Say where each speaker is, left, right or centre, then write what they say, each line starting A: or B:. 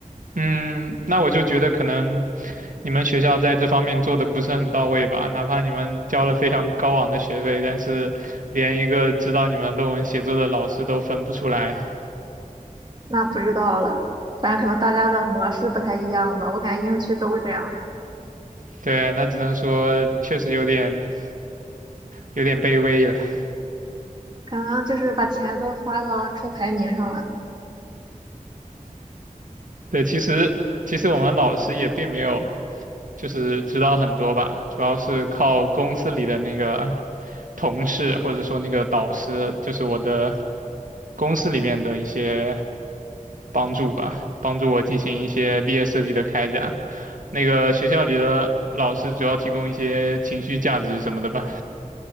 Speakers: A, on the right (about 70°); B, on the right (about 35°).
A: 嗯，那我就觉得可能你们学校在这方面做的不是很到位吧，哪怕你们交了非常高昂的学费，但是连一个指导你们论文写作的老师都分不出来。
B: 那不知道了，反正可能大家的模式不太一样吧。我感觉英区都是这样的，
A: 对，那只能说确实有点有点卑微了。
B: 可能就是把钱都花到冲排名上了。
A: 对，其实其实我们老师也并没有就是知道很多吧，主要是靠公司里的那个同事或者说那个导师，就是我的公司里面的一些帮助吧，帮助我进行一些毕业设计的开展。那个学校里的老师主要提供一些情绪价值什么的吧，